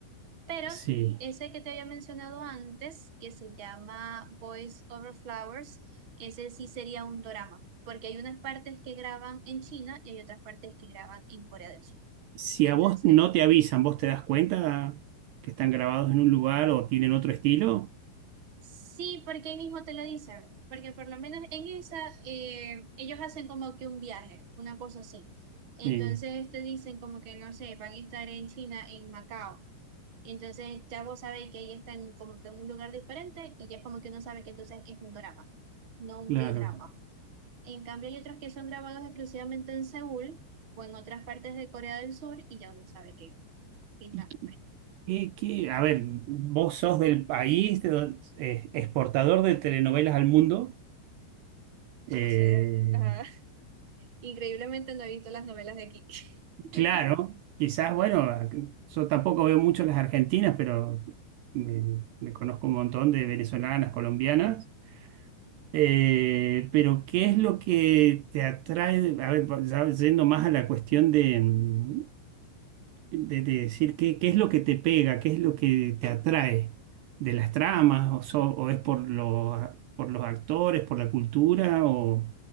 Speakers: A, on the right; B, on the right.
A: Pero
B: sí.
A: ese que te había mencionado antes, que se llama Boys Over Flowers, ese sí sería un dorama, porque hay unas partes que graban en China y hay otras partes que graban en Corea del Sur.
B: Si
A: Entonces,
B: a vos no te avisan, ¿vos te das cuenta que están grabados en un lugar o tienen otro estilo?
A: Sí, porque ahí mismo te lo dicen, porque por lo menos en esa eh, ellos hacen como que un viaje, una cosa así. Entonces
B: Sí,
A: te dicen como que no sé, van a estar en China, en Macao. Entonces ya vos sabés que ahí están como que en un lugar diferente y ya es como que uno sabe que entonces es un drama, no un
B: claro.
A: K-drama. En cambio hay otros que son grabados exclusivamente en Seúl o en otras partes de Corea del Sur y ya uno sabe que es
B: ¿Y
A: drama.
B: qué, qué- A ver, vos sos del país de do- eh, exportador de telenovelas al mundo.
A: Yo
B: Eh,
A: sé, ajá. Increíblemente no he visto las novelas de aquí. <laughs>
B: claro, quizás, bueno, yo tampoco veo mucho las argentinas, pero me, me conozco un montón de venezolanas, colombianas. Eh, pero, ¿qué es lo que te atrae? A ver, pa- ya yendo más a la cuestión de, mm, de- de decir qué, qué es lo que te pega, qué es lo que te atrae de las tramas, o, so- o es por los, por los actores, por la cultura, o